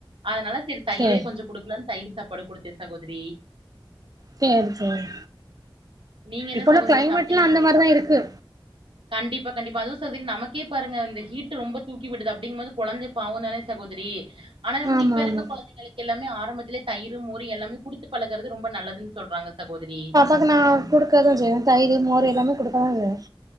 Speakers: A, on the right; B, on the right.
A: அதனால செரி தயிரே
B: சேரி
A: கொஞ்சோம் குடுக்கலனு தயிர் சாப்பாடு குடுத்தேன் சகோதரி
B: செரி செரி
A: நீங்க என்ன
B: இப்பல்லாம்
A: சகோதரி
B: கிளைமேட்லாம்
A: சாப்ட்டீங்க
B: அந்த மாதிரிதான் இருக்கு
A: கண்டிப்பா கண்டிப்பா அதுவும் சகோதரி நமக்கே பாருங்க இந்த ஹீட் ரொம்ப தூக்கி விடுது அப்படிங்கும் மோது குழந்த பாவம் தானே ச சகோதரி ஆனா வந்து
B: ஆமா
A: இப்ப இருக்க
B: ஆமா
A: குழந்தைங்களுக்கு எல்லாமே ஆரம்பத்துலே தயிர் மோர் எல்லாமே குடுத்து பழகுறது ரொம்ப நல்லதுன்னு சொல்றாங்க சகோதெரி
B: அது நான் கொடுக்கதான் செய்வன் தயிரு மோரு எல்லாமே குடுக்க தான் செய்வன்